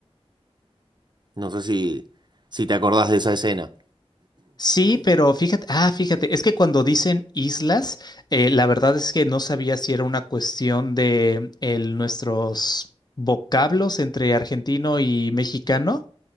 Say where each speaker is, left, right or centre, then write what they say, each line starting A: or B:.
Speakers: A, on the right; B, on the left.
A: No sé si, si te acordás de esa escena.
B: Sí, pero fíjate, ah, fíjate, es que cuando dicen islas, eh, la verdad es que no sabía si era una cuestión de el- nuestros vocablos entre argentino y mexicano,